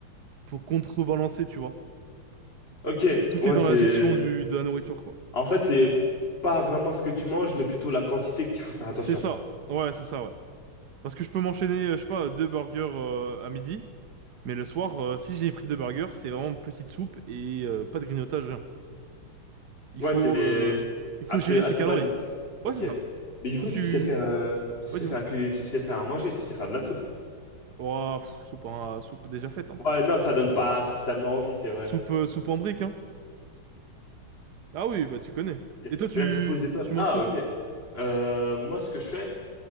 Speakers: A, on the right (about 55°); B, on the left (about 25°).
A: pour contrebalancer, tu vois.
B: Ok.
A: Tout
B: Ouais,
A: est dans
B: c'est.
A: la gestion du, de la nourriture, quoi.
B: En fait, c'est pas vraiment ce que tu manges, mais plutôt la quantité qu'il faut faire attention.
A: C'est ça. Ouais, c'est ça, ouais. Parce que je peux m'enchaîner, euh, je sais pas, deux burgers euh, à midi, mais le soir, euh, si j'ai pris deux burgers, c'est vraiment une petite soupe et euh, pas de grignotage, rien. Il
B: Ouais,
A: faut,
B: c'est
A: euh, il faut
B: assez,
A: gérer
B: assez
A: ses calories.
B: basique. Ok.
A: Ouais, c'est ça.
B: Mais du
A: Toi,
B: coup,
A: tu...
B: tu sais faire, euh, tu
A: Ouais,
B: sais
A: dis-moi.
B: faire à tu sais faire à manger, tu sais faire de la soupe.
A: Oh, pff, soupe, en- soupe déjà faite, hein.
B: Ouais, non, ça donne pas spécialement envie, c'est vrai.
A: Soupe, euh, soupe en brique, hein. Ah oui, bah tu connais.
B: Ok.
A: Et toi, tu,
B: Mais la soupe aux étoiles.
A: tu manges
B: Ah,
A: quoi,
B: ok.
A: toi?
B: Euh, moi, ce que je fais,